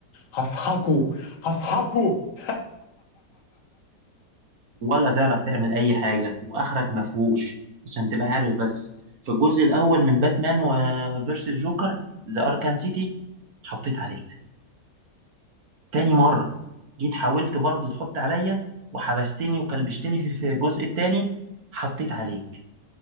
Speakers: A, on the left; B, on the right.
A: هسحقه هسحقه <laughs>
B: ولا تعرف تعمل أي حاجة وآخرك مفهوش عشان تبقى عارف بس في الجزء الأول من باتمان وفيرسس جوكر ذا أركان سيتي حطيت عليك تاني مرة جيت حاولت برضو تحط عليا وحبستني وكلبشتني في في الجزء التاني حطيت عليك